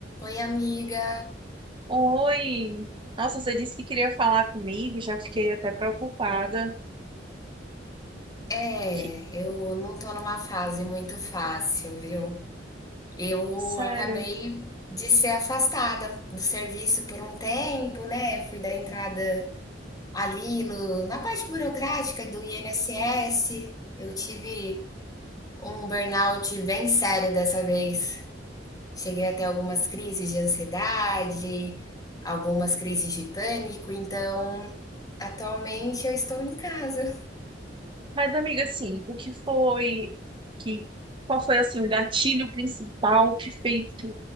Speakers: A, on the left; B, on the right.
A: Oi, amiga.
B: Oi! Nossa, você disse que queria falar comigo, já fiquei até preocupada.
A: É,
B: Que-
A: eu não tô numa fase muito fácil, viu? Eu
B: Sério.
A: acabei de ser afastada do serviço por um tempo, né? Fui dar entrada ali no, na parte burocrática do INSS. Eu tive um burnout bem sério dessa vez. Cheguei até algumas crises de ansiedade, algumas crises de pânico, então atualmente eu estou em casa.
B: Mas, amiga, assim, o que foi que qual foi assim o gatilho principal que fez que,